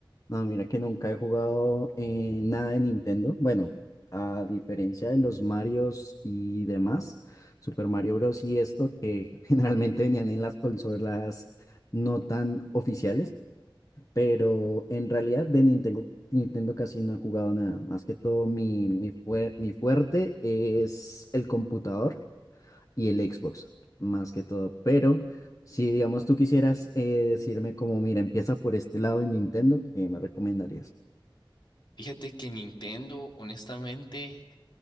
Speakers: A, on the left; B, on the left.
A: No, mira que nunca he jugado eh, nada de Nintendo. Bueno, a diferencia de los Marios y demás, Super Mario Bros. y esto que <laughs> generalmente venían en las consolas no tan oficiales, pero en realidad de Nintendo, Nintendo casi no he jugado nada. Más que todo mi, mi, fuer- mi fuerte es el computador y el Xbox, más que todo. Pero... Si digamos tú quisieras eh, decirme como, mira, empieza por este lado en Nintendo, ¿qué me recomendarías?
B: Fíjate que Nintendo, honestamente...